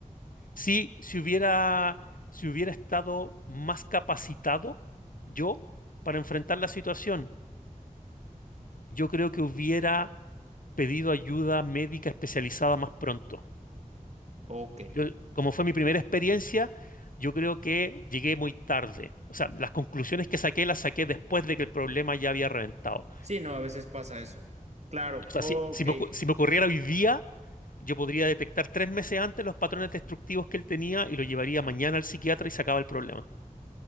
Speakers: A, on the left (about 80°); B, on the right (about 55°).
A: Sí, si hubiera, si hubiera estado más capacitado yo para enfrentar la situación, yo creo que hubiera pedido ayuda médica especializada más pronto.
B: Ok.
A: yo- como fue mi primera experiencia, yo creo que llegué muy tarde. O sea, las conclusiones que saqué las saqué después de que el problema ya había reventado.
B: Sí, no, a veces pasa eso. Claro,
A: O sea,
B: ok,
A: si, si me, ocu- si me ocurriera hoy día, yo podría detectar tres meses antes los patrones destructivos que él tenía y lo llevaría mañana al psiquiatra y sacaba el problema.